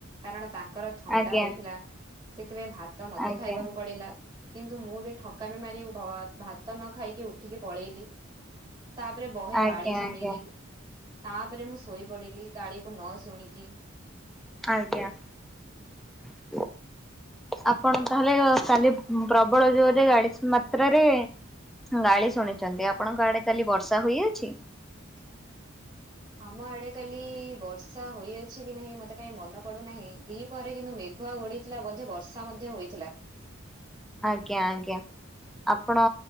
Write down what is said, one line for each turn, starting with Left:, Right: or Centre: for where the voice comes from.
Right: କାରଣ ତାଙ୍କର ଥଣ୍ଡା
Centre: ଆଜ୍ଞା
Right: ହୋଇଥିଲା। ଥିପାଇଁ ଭାତ ମତେ
Centre: ଆଜ୍ଞା
Right: ଖାଇବାକୁ ପଡିଲା। କିନ୍ତୁ ମୁଁ ବି ଠକାମି ମାରି ଭ-ଭାତ ନ ଖାଇକି ଉଠିକି ପଳେଇଲି। ପରେ ବହେ
Centre: ଆଜ୍ଞା
Right: ଗାଳି ସୁଣିଲି।
Centre: ଆଜ୍ଞା
Right: ତାପରେ ମୁଁ ଶୋଇପଡିଲି ଗାଳିକୁ ନ ଶୁଣିକି।
Centre: ଆଜ୍ଞା।
Right: <inaudible>
Centre: <inaudible> ଆପଣ ତାହେଲେ କାଲି ପ୍ରବଳ ଜୋରରେ ଗାଳିସ୍‌ ମାତ୍ରାରେ ଗାଳି ଶୁଣିଛନ୍ତି। ଆପଣଙ୍କ ଆଡେ କାଲି ବର୍ଷା ହୋଇଅଛି?
Right: <inaudible> ଆମ ଆଡେ କାଲି ବର୍ଷା ହୋଇଅଛି କି ନାହିଁ ମତେ କାହିଁ ମନେ ପଡୁନାହିଁ, ଦିପହରେ କିନ୍ତୁ ମେଘୁଆ ଗୋ ହୋଇଥିଲା ବୋଧେ ବର୍ଷା ମଧ୍ୟ ହୋଇଥିଲା।
Centre: ଆଜ୍ଞା ଆଜ୍ଞା। ଆପଣ